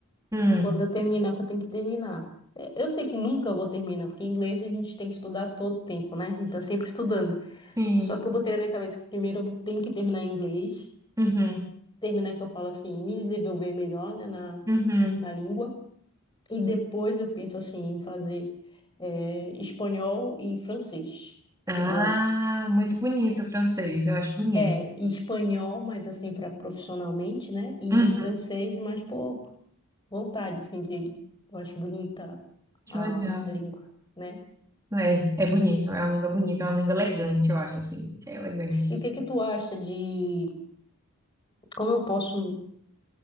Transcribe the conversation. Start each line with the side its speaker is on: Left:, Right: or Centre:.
Right: Hum,
Left: quando eu terminar o que eu tenho que terminar. É, Eu sei que nunca vou terminar, porque inglês a gente tem que estudar todo tempo, né? A gente tá sempre estudando.
Right: sim.
Left: Só que eu botei na minha cabeça que primeiro eu vou- tenho que terminar em inglês,
Right: Uhum,
Left: terminar que eu falo assim, me desenvolver melhor, né, na,
Right: uhum.
Left: na língua. E depois eu penso assim em fazer eh, espanhol e francês,
Right: Ah,
Left: que eu gosto.
Right: muito bonito o francês, eu acho bonito.
Left: É, e espanhol, mas assim, para profissionalmente, né? E
Right: Uhum,
Left: francês, mas por vontade, assim, de, de- eu acho bonita
Right: que
Left: a,
Right: legal.
Left: a língua, né?
Right: É, é bonito, é uma língua bonita, é uma língua elegante, eu acho assim, que é elegante.
Left: E o que que tu acha de como eu posso